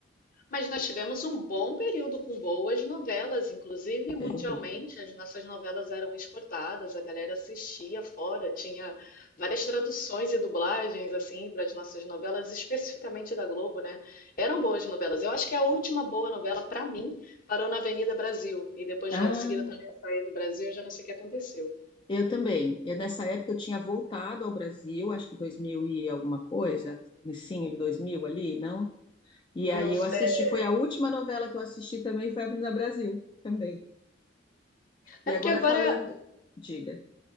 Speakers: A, on the left; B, on the left.
A: Mas nós tivemos um bom período com boas novelas, inclusive
B: Sem
A: mundialmente
B: dúvida.
A: as nossas novelas eram exportadas, a galera assistia fora, tinha várias traduções e dublagens assim para as nossas novelas, especificamente da Globo, né? Eram boas novelas. Eu acho que a última boa novela para mim parou na Avenida Brasil e depois
B: Ah,
A: logo em seguida também a saída do Brasil, eu já não sei o que aconteceu.
B: eu também. Eu, nessa época eu tinha voltado ao Brasil, acho que 2000 e alguma coisa, comecinho de 2000 ali, não? E aí
A: Não sei.
B: eu assisti, foi a última novela que eu assisti também, foi Avenida Brasil, também. E
A: É porque
B: agora
A: agora
B: falando, diga,